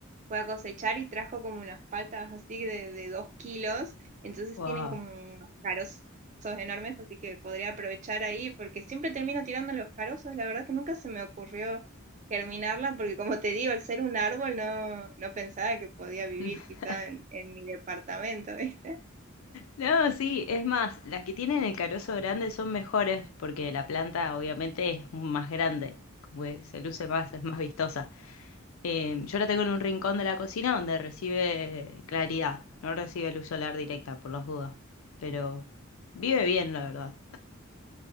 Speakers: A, on the right (about 35°); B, on the left (about 80°).
A: fue a cosechar y trajo como unas paltas así de, de dos kilos, entonces
B: wow.
A: tienen como unos carozos enormes, así que podría aprovechar ahí, porque siempre termino tirando los carozos, la verdad que nunca se me ocurrió germinarla, porque como te digo, al ser un árbol no, no pensaba que podía vivir
B: <laughs>
A: quizá en, en mi departamento, ¿viste?
B: No, sí, es más, las que tienen el carozo grande son mejores porque la planta obviamente es más grande, como que se luce más, es más vistosa. Eh, yo la tengo en un rincón de la cocina donde recibe claridad, no recibe luz solar directa por las dudas, pero vive bien, la verdad.